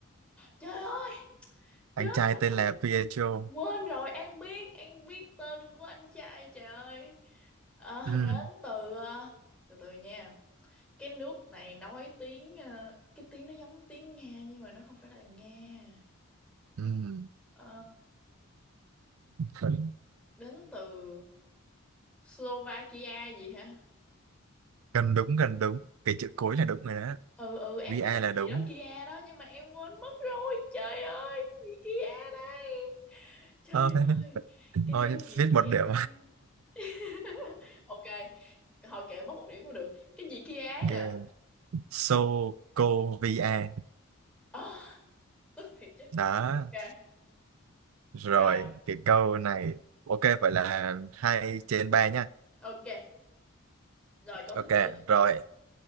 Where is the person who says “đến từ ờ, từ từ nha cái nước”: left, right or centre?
Centre